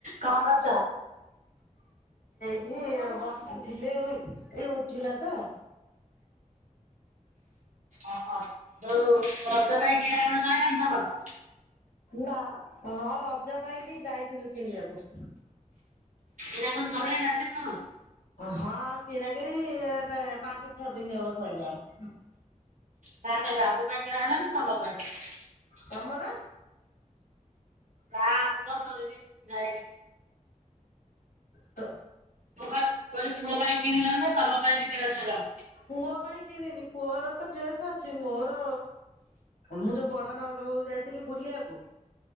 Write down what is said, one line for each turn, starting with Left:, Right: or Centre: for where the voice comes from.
Right: କଣ କରୁଚ?
Left: କି ବସିଥିଲେ ଉ ଇ ଏଇ ଉଠିଲା ତ।
Right: ଅହ ଯୋଉ ରଜ ପାଇଁ କିଣା କୁଣି ସଇଲାଣି ତମର?
Left: ନା ହଁ ରଜ ପାଇଁ କି ଯାଇଥିଲୁ କିଣିବାକୁ।
Right: କିଣା କୁଣି ସଇଲାନା ଆଜିଠୁ ତମର?
Left: ହଁ କିଣା କିିଣି ଏ-ତେ ପାଞ୍ଚ ଛଅ ଦିନ ହବ ସରିଲାଣି।
Right: ତା ପାଇଁ ବାବୁ ପାଇଁ କିଣାହେଲା ନା ତମ ପାଇଁ।
Left: ତମର
Right: ନା ଆମର ସରିନି ଯାଇନି।
Left: ତ
Right: ମୁଁ କହିଲି ପୁଅ ପାଇଁ କିଣିଲଣି ନା ତମ ପାଇଁ ବି କିଣା ସଇଲାଣି।
Left: ପୁଅ ପାଇଁ କିଣିନି ପୁଅର ତ ଡ୍ରେସେ ଅଛି ମୋର ମୁଁ ଯୋଉ ବଡ ନଣନ୍ଦ ଘରକୁ ଯାଇଥିଲି ବୁଲିଆକୁ